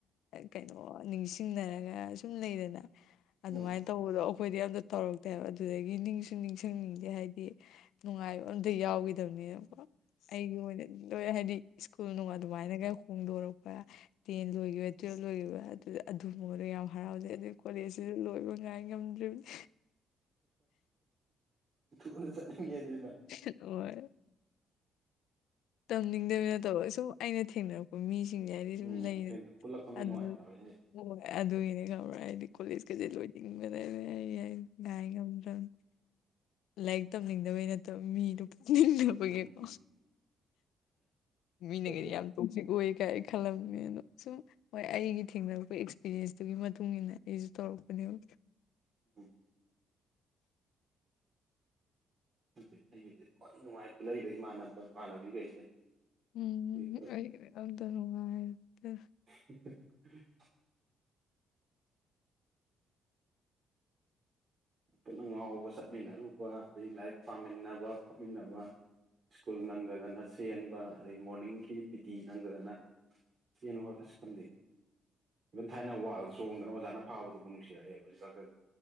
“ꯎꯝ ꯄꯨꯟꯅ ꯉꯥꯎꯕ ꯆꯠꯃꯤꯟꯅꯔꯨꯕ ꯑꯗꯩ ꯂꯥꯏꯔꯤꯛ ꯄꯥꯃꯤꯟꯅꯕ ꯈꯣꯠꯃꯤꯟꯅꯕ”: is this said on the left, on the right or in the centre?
Right